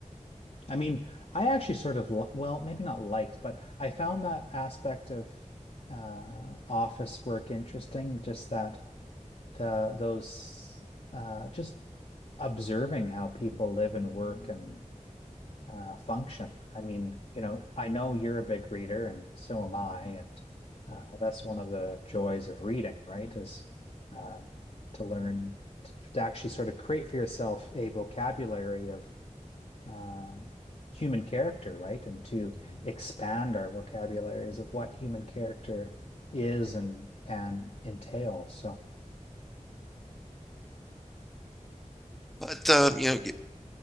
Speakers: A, on the left; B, in the centre.
A: I mean, I actually sort of li- well, maybe not liked, but I found that aspect of uh, office work interesting. Just that the those uh, just observing how people live and work and uh, function. I mean, you know, I know you're a big reader, and so am I, and uh, that's one of the joys of reading, right? Is um, to learn to, to actually sort of create for yourself a vocabulary of uh, human character, right? And to mm-hmm. expand our vocabularies of what human character is and can entail. So,
B: but um, you know